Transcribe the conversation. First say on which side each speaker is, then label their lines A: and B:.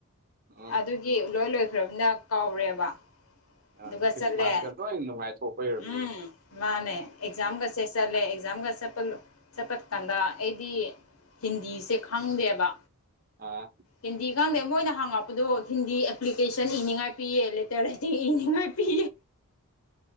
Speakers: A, on the right; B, on the left.
A: ꯎꯝ
B: ꯑꯗꯨꯒꯤ ꯂꯣꯏ ꯂꯣꯏꯈ꯭ꯔꯕꯅ ꯀꯥꯎꯔꯦꯕ
A: ꯑ
B: ꯑꯗꯨꯒ
A: ꯈ꯭ꯔꯤꯁꯃꯥꯁꯀ
B: ꯆꯠꯂꯦ
A: ꯂꯣꯏ ꯅꯨꯡꯉꯥꯏꯊꯣꯛꯄ ꯑꯣꯏꯔꯕꯅꯤꯅ
B: ꯎꯝ ꯃꯥꯅꯦ ꯑꯦꯛꯖꯥꯝꯒꯁꯦ ꯆꯠꯂꯦ ꯑꯦꯛꯖꯥꯝꯒ ꯆꯠꯄ ꯆꯠꯄꯠ ꯀꯥꯟꯗ ꯑꯩꯗꯤ ꯍꯤꯟꯗꯤꯁꯦ ꯈꯪꯗꯦꯕ
A: ꯑꯥ
B: ꯍꯦꯟꯗꯤ ꯈꯪꯗꯦ ꯃꯣꯏꯅ ꯍꯥꯡꯉꯛꯄꯗꯣ ꯍꯤꯟꯗꯤ ꯑꯦꯄ꯭ꯂꯤꯀꯦꯁꯟ ꯏꯅꯤꯡꯉꯥꯏ ꯄꯤꯌꯦ ꯂꯦꯇꯔ ꯍꯥꯏꯗꯤ ꯏ ꯐꯤ